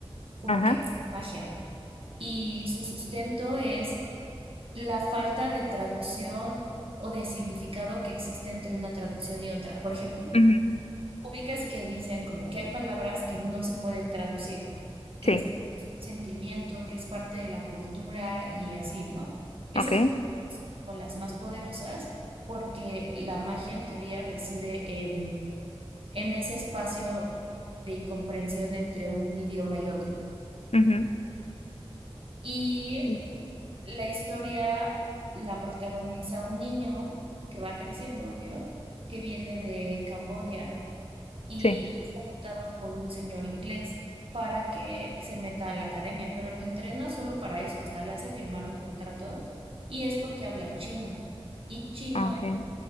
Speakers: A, on the right (about 60°); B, on the left (about 80°).
A: como
B: Ajá,
A: que hace magia ¿no? y su sustento es la falta de traducción o de significado que existe entre una traducción y otra. Por ejemplo,
B: ujú,
A: ubicas que dicen como que hay palabras que no se pueden traducir, que
B: sí,
A: es un sentimiento, que es parte de la cultura y así, ¿no? Esas
B: ok,
A: son como las más poderosas porque la magia en teoría reside en, en ese espacio de incomprensión entre un idioma y otro.
B: ujú,
A: Y
B: sí,
A: La historia la protagoniza un niño que va creciendo, obvio, que viene de Camboya y
B: sí,
A: es adoptado por un señor inglés para que se meta a la academia, pero lo entrena solo para eso, hasta le hace firmar un contrato y es porque habla chino. Y chino
B: ok,
A: es